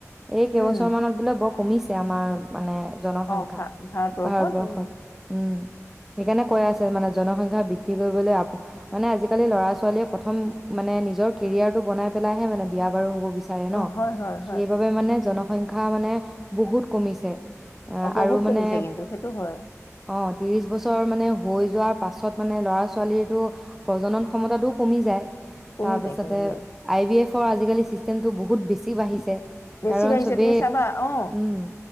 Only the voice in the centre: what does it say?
এই কেইবছৰমানত
বোলে বৰ কমিছে আমাৰ মানে জনসংখ্যা
ভাৰতবৰ্ষত,
উম। সেইকাৰণে কৈ আছে মানে জনসংখ্যা বৃদ্ধি বৃদ্ধি কৰিবলৈ মানে আজিকালি ল'ৰা ছোৱালীয়ে প্ৰথম মানে নিজৰ কেৰিয়াৰটো বনাই পেলাইহে মানে বিয়া বাৰু হ'ব বিচাৰে
ন,
সেইবাবে মানে জন সংখ্যা মানে বহুত কমিছে। অঁ
আৰু মানে
অঁ, ত্ৰিশ বছৰ মানে হৈ যোৱাৰ পাছত মানে ল'ৰা ছোৱালীৰটো, প্ৰজনন ক্ষমতাটোও কমি যায়।
তাৰ পাছতে,
আই বি এফ অঁ আজিকালি চিছষ্টেমটো বহুত বেছি বাঢ়িছে।
কাৰণ
চবেই
উম,